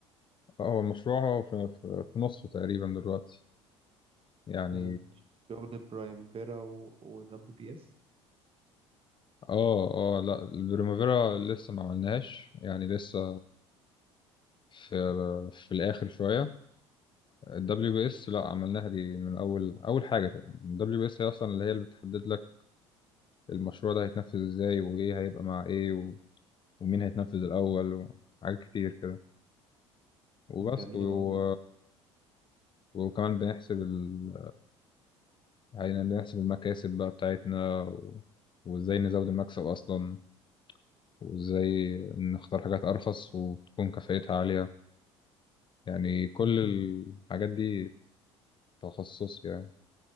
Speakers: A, on the left; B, on the right.
A: اه هو المشروع هو في, في, في نصه تقريبا دلوقتي يعني
B: مم. شغل برايم فيرا ودبليو بي اس
A: اه اه لا البريمافيرا لسه ما عملناهاش يعني لسه في في الاخر شويه الدبليو بي اس لا عملناها دي من اول اول حاجه الدبليو بي اس هي اصلا اللي هي اللي بتحدد لك المشروع ده هيتنفذ ازاي وايه هيبقى مع ايه ومين هيتنفذ الأول وحاجات كتير كده وبس
B: جميل
A: و...
B: والله
A: وكمان بنحسب ال... يعني بنحسب المكاسب بقى بتاعتنا و... وإزاي نزود المكسب أصلا وإزاي نختار حاجات أرخص وتكون كفاءتها عالية يعني كل
B: مم.
A: الحاجات دي تخصص يعني